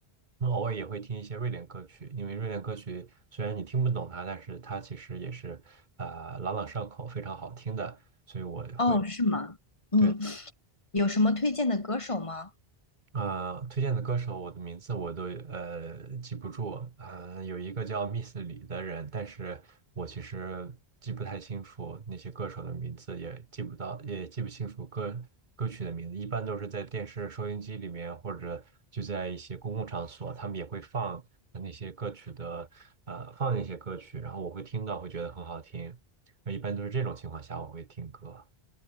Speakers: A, on the right; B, on the left.
A: 那偶尔也会听一些瑞典歌曲，因为瑞典歌曲虽然你听不懂它，但是它其实也是啊、呃朗朗上口，非常好听的，所以我会
B: 哦，是吗？嗯，
A: 对
B: 有什么推荐的歌手吗？
A: 呃，推荐的歌手，我的名字我都呃记不住。呃，有一个叫 Miss 李的人，但是我其实记不太清楚那些歌手的名字，也记不到，也记不清楚歌歌曲的名字。一般都是在电视、收音机里面，或者就在一些公共场所，他们也会放呃那些歌曲的，呃，放一些歌曲，然后我会听到，会觉得很好听。呃一般都是这种情况下，我会听歌。